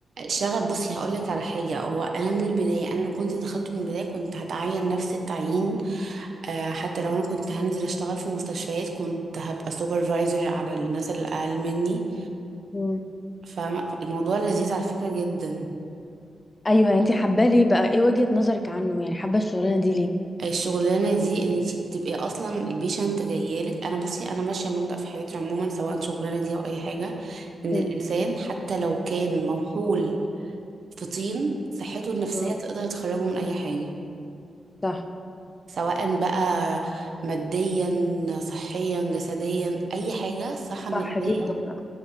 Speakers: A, on the right; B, on the left.
A: شغف بصي هقول لك على حاجه هو انا من البدايه انا لو كنت دخلت من البدايه كنت هتعين نفس التعيين آه حتى لو انا كنت هنزل اشتغل في مستشفيات كنت هبقى سوبرفايزر على الناس اللي اقل مني
B: امم
A: فالموضوع لذيذ على فكره جدا
B: ايوه يعني انتي حباه ليه بقى ايه وجهة نظرك عنه يعني حابه الشغلانه دي ليه
A: الشغلانه دي ان انت بتبقي اصلا البيشنت جايالك انا بصي انا ماشيه مبدأ في حياتي عموما سواء شغلانه دي او اي حاجه ان
B: امم
A: الانسان حتى لو كان موحول في طين صحته النفسيه
B: آه،
A: تقدر تخرجه من اي حاجه
B: صح
A: سواء بقى ماديا صحيا جسديا اي حاجه الصحه النفسيه
B: صح جدا